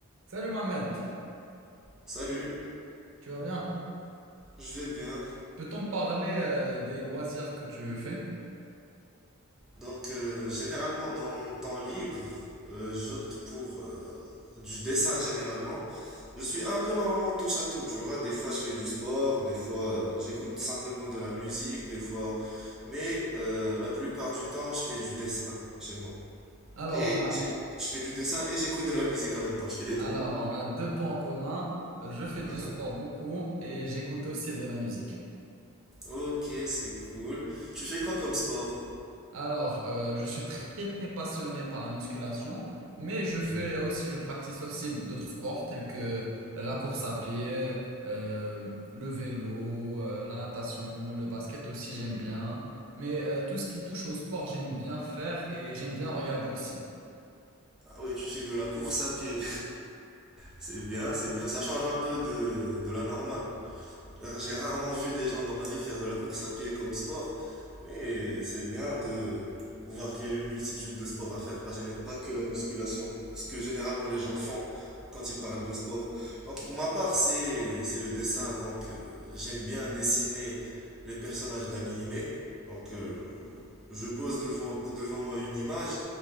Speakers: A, on the right (about 60°); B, in the centre.
A: Salut Mohamed,
B: Salut,
A: tu vas bien?
B: je vais bien.
A: Peut-on parler euh, des loisirs que tu fais?
B: Donc, euh, généralement, dans mon temps libre, euh, j'opte pour euh, du dessin généralement. Je suis un peu normalement touche à tout, tu vois. Des fois, je fais du sport, des fois, euh, j'écoute simplement de la musique, des fois. Mais euh, la plupart du temps, je fais du dessin chez moi.
A: Alors
B: Et
A: on a,
B: j'ai- je fais du dessin et j'écoute de la musique en même temps, je fais les
A: alors
B: deux.
A: on a deux points communs. Euh, Je fais
B: Mhm.
A: du sport beaucoup et j'écoute aussi de la musique.
B: Ok, c'est cool. Tu fais quoi comme sport?
A: Alors euh, je suis très très passionné par la musculation, mais je fais
B: Mhm.
A: aussi, je practice aussi d'autres sports tels que la course à pied, euh, le vélo, euh, la natation, le basket aussi j'aime bien. Mais euh, tout ce qui touche au sport j'aime bien faire et j'aime bien regarder aussi.
B: Ah oui, tu fais de la course à pied. C'est bien, c'est bien. Ça change un peu de, de la normale. Euh, J'ai rarement vu des gens dans ma vie faire de la course à pied comme sport, mais c'est bien de voir qu'il y a une multitude de sports à faire, pas, géné- pas que la musculation. Ce que généralement les gens font quand ils parlent de sport. Donc pour ma part, c'est c'est le dessin. Donc euh, j'aime bien dessiner les personnages d'animés. Donc euh, je pose devant, devant moi une image